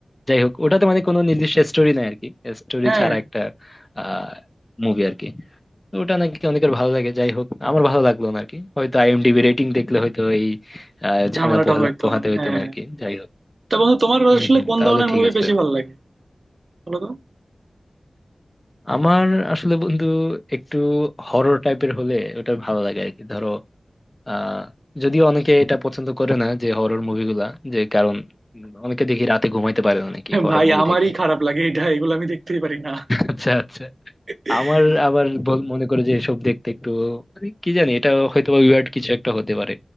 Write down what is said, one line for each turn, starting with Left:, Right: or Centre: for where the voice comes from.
Left: যাই হোক ওটাতে মানে কোনো নির্দিষ্ট স্টোরি নাই আর কি স্টোরি
Right: হ্যাঁ
Left: ছাড়া একটা আহ মুভি আর কি তো ওটা নাকি অনেকের ভালো লাগে যাই হোক আমার ভালো লাগলো না আর কি হয়তো আইএমডিবি রেটিং দেখলে হয়তো এই আহ, ঝামেলা
Right: ঝামেলাটা
Left: পোহালা-
Right: হয়তো
Left: পোহাতে
Right: না
Left: হইতো
Right: হ্যাঁ
Left: না আর কি যাই হোক
Right: তা বন্ধু তোমার
Left: হম
Right: আসলে
Left: হম
Right: কোন
Left: তাহলে
Right: ধরনের
Left: ঠিক
Right: মুভি
Left: আছে
Right: বেশি ভালো লাগে বলো তো
Left: আমার আসলে বন্ধু একটু হরর টাইপের হলে ওটা ভালো লাগে আর কি ধরো আহ যদিও অনেকে এটা পছন্দ করে না যে হরর মুভিগুলা যে কারণ উম, অনেকে দেখি রাতে ঘুমাইতে পারে না নাকি
Right: <laughs>
Left: হরর
Right: ভাই
Left: মুভি
Right: আমারই
Left: থেকে
Right: খারাপ লাগে এটা এগুলো আমি দেখতেই পারি না
Left: আচ্ছা আচ্ছা
Right: <laughs>
Left: আমার আবার বল- মনে করে যে এসব দেখতে একটু মানে কি জানি এটা হয়তো বা উইয়ার্ড কিছু একটা হতে পারে